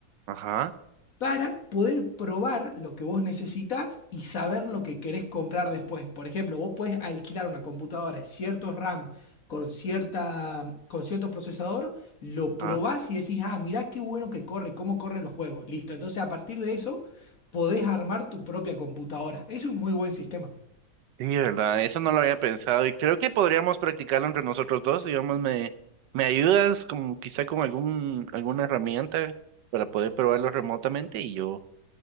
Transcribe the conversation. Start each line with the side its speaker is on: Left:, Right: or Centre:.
Right: ajá,
Left: para poder probar lo que vos necesitas y saber lo que querés comprar después. Por ejemplo, vos podés alquilar una computadora, cierto RAM con, cierta, con cierto procesador, lo probás
Right: ajá.
Left: y decís, ah, mirá qué bueno que corre, cómo corren los juegos. Listo. Entonces, a partir de eso, podés armar tu propia computadora. Es un muy buen sistema.
Right: Sí, verdad, eso no lo había pensado y creo que podríamos practicarlo entre nosotros dos, digamos, me, me ayudas como quizá con algún, alguna herramienta para poder probarlo remotamente y yo,